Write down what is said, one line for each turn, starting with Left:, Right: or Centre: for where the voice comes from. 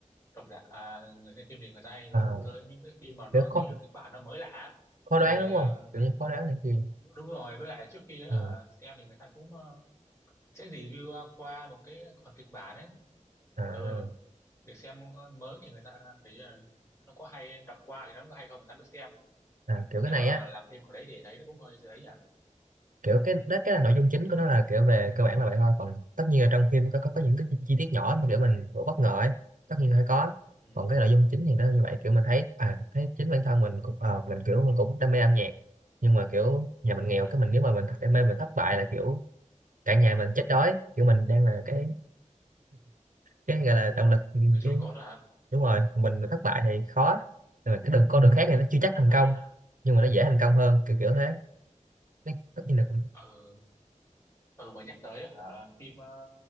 Left: độc giả à, người xem phim thì người ta hay hướng
Right: à,
Left: tới những cái phim mà nó
Right: kiểu khó
Left: kiểu như là kịch bản nó mới lạ á.
Right: khó
Left: tại
Right: đoán
Left: vì
Right: đúng
Left: ờ,
Right: không
Left: người,
Right: kiểu như khó đoán này kia
Left: đúng rồi với lại trước khi ấy,
Right: ừ.
Left: hả xem thì người ta cũng ờ, sẽ review ờ, qua một cái phần kịch bản ấy
Right: à, à,
Left: ừ, để xem ờ, mới thì người ta thấy là nó có hay đọc qua thì nó có hay không người ta mới xem
Right: à, kiểu
Left: nếu
Right: cái này
Left: mà
Right: á
Left: làm phim của đấy thì thấy nó cũng hơi dễ nhỉ
Right: kiểu cái đó cái là nội dung chính của nó là kiểu về cơ bản là vậy thôi còn tất nhiên là trong phim có có, có những cái chi, chi tiết nhỏ mà kiểu mình cũng bất ngờ ấy tất nhiên phải có
Left: ừ.
Right: còn cái nội dung chính thì nó như vậy kiểu mình thấy à thấy chính bản thân mình cũng ờ, mình kiểu mình cũng đam mê âm nhạc nhưng mà kiểu nhà mình nghèo cái mình nếu mà mình đam mê mình thất bại là kiểu cả nhà mình chết đói kiểu mình đang là cái cái gọi là động lực
Left: Ừ,
Right: ừ,
Left: cái chỗ
Right: cái
Left: cột đó hả?
Right: đúng rồi mình thất bại thì khó nhưng mà cái đường con đường khác thì nó chưa chắc thành
Left: À,
Right: công nhưng mà nó dễ thành công hơn kiểu kiểu thế Nó tất nhiên là cũng
Left: ừ, ừ mà nhắc tới á hả phim ờ,